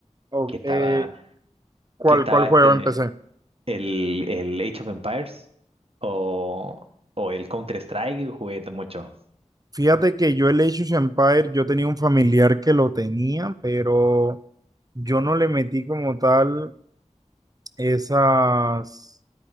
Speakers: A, on the right; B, on the right.
A: Oh,
B: que estaba,
A: eh, ¿cuál,
B: que estaba
A: cuál juego
B: este.
A: empecé?
B: El, el Age of Empires o, o el Counter-Strike jugué mucho.
A: Fíjate que yo el Age of Empires, yo tenía un familiar que lo tenía, pero yo no le metí como tal esas,